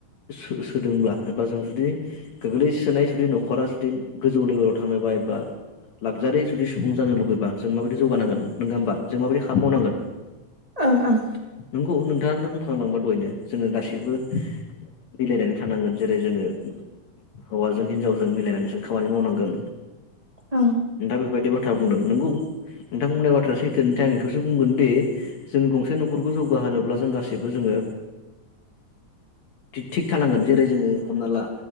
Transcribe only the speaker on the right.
ओं ओं
ओं